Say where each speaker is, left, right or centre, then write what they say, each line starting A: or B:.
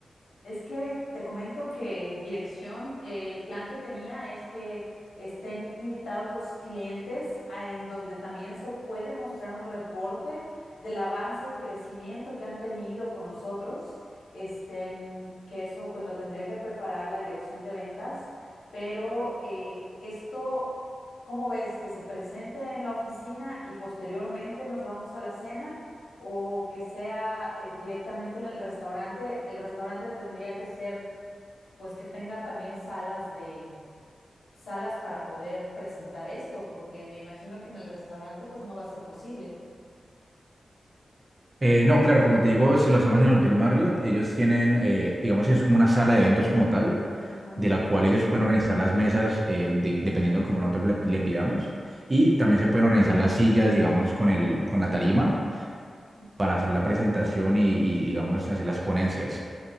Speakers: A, on the left (about 80°); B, on the right (about 30°).
A: Es que te comento que dirección, eh, el plan que tenía es que estén invitados los clientes a- en donde también se puede mostrar un reporte del avance y crecimiento que han tenido con nosotros. Este, mm, que eso pues lo tendría que preparar la dirección de ventas, pero eh, esto, ¿cómo ves? Que se presente en la oficina y posteriormente nos vamos a la cena o que sea eh, directamente en el restaurante. El restaurante tendría que ser, pues, que tenga también salas de salas para poder presentar esto, porque me imagino que en el restaurante, pues, no va a ser posible.
B: Eh, no, claro, como te digo, si lo hacemos en el Hotel Marriott, ellos tienen, eh, digamos que es como una sala de eventos como tal,
A: Ajá.
B: de la cual ellos pueden organizar las mesas eh, de- dependiendo de cómo nosotros le, le pidamos. Y
A: Ujú,
B: también se pueden organizar las sillas, digamos, con el, con la tarima
A: ujú,
B: para hacer la presentación y, y, digamos, hacer las ponencias.